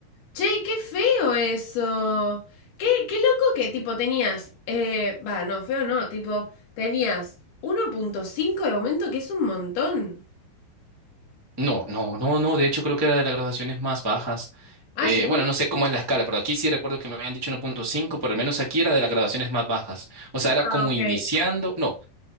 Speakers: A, on the left; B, on the right.
A: Che, qué feo eso. Qué, qué loco que tipo tenías. Eh, va, no, feo no, tipo, tenías uno punto cinco de aumento, que es un montón.
B: No, no, no, no. De hecho, creo que era de las graduaciones más bajas.
A: Ah,
B: Eh,
A: sí.
B: bueno, no sé cómo es la escala, pero aquí sí recuerdo que me habían dicho 1.5, pero al menos aquí era de las graduaciones más bajas. O sea, era
A: ah,
B: como
A: ok.
B: iniciando. No,